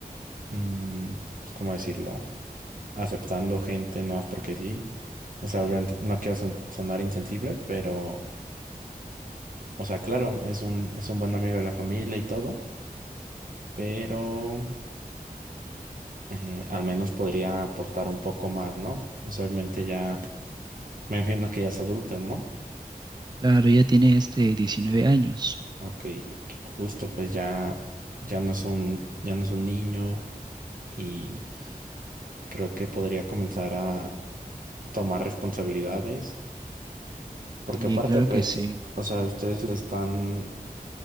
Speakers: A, on the right; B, on the right.
A: mm, pues cómo decirlo, aceptando gente no es porque sí. O sea, obviamente no quiero son- sonar insensible, pero, o sea, claro, es un, es un buen amigo de la familia y todo, pero eh, al menos podría aportar un poco más, ¿no? O sea, obviamente ya, me imagino que ya es adulto, ¿no?
B: Claro, ya tiene este 19 años.
A: Ok, justo, pues ya, ya no es un, ya no es un niño y creo que podría comenzar a tomar responsabilidades, porque
B: Sí,
A: aparte,
B: claro
A: pues,
B: que sí.
A: o sea, ustedes le están